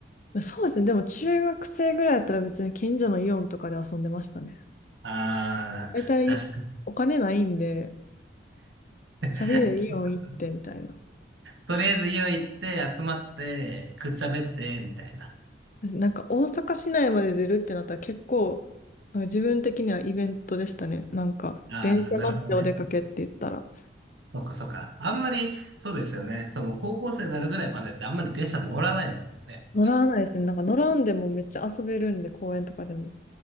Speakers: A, on the left; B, on the right.
A: そうですね。でも中学生ぐらいだったら別に近所のイオンとかで遊んでましたね。
B: ああ、
A: 大体お金ないんで、
B: 確かに。
A: チャリでイオン行ってみたいな。
B: <laughs> とりあえず家を行って集まってくっちゃべってみたいな。
A: なんか大阪市内まで出るってなったら結構、なんか自分的にはイベントでしたね。なんか電車乗ってお出かけって言ったら。
B: ああ、なるほどね。そっかそっか。あんまり、そうですよね。その高校生になるぐらいまでってあんまり電車乗らないですもんね。
A: 乗らないですね。なんか乗らんでもめっちゃ遊べるんで、公園とかでも。